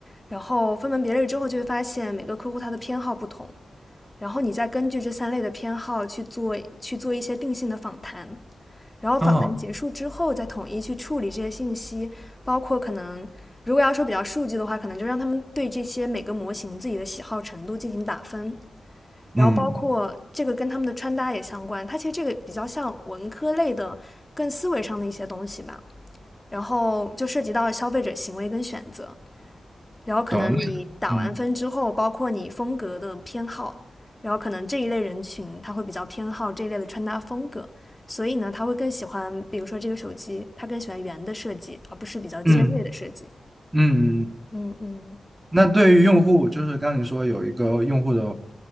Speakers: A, on the left; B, on the right.
A: 然后分门别类之后就会发现每个客户他的偏好不同，然后你再根据这三类的偏好去做去做一些定性的访谈，然后访谈结束之后再统一去处理这些信息，
B: 啊
A: 包括可能如果要说比较数据的话，可能就让他们对这些每个模型自己的喜好程度进行打分。然后包括这个跟他们的穿搭也相关，
B: 嗯，
A: 它其实这个比较像文科类的更思维上的一些东西吧。然后就涉及到消费者行为跟选择，然后可能你打完分之后，
B: 懂了那嗯。
A: 包括你风格的偏好，然后可能这一类人群他会比较偏好这一类的穿搭风格，所以呢，他会更喜欢，比如说这个手机，他更喜欢圆的设计，而不是比较尖锐的设计。
B: 嗯嗯，
A: 嗯嗯。
B: 那对于用户，就是刚刚你说有一个用户的